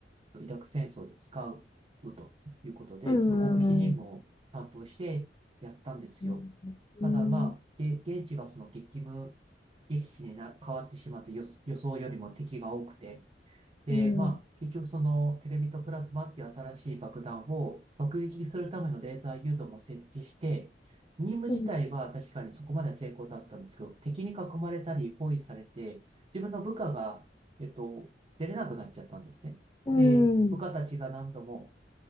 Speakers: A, on the right; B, on the left.
A: とイラク戦争で使うということで、
B: うん。
A: その極秘任務を担当してやったんですよ。
B: うんうん。
A: ただまあ、
B: うん。
A: げ現地がその激務、激地にな変わってしまって予予想よりも敵が多くて、で、
B: うん。
A: まあ、結局そのテレビとプラズマっていう新しい爆弾を爆撃するためのレーザー誘導も設置して、任務自体は確かにそこまでは成功だったんですけど、
B: うん。
A: 敵に囲まれたり包囲されて、自分の部下が、えっと、出れなくなっちゃったんですね。
B: うん。
A: で、部下たちが何度も、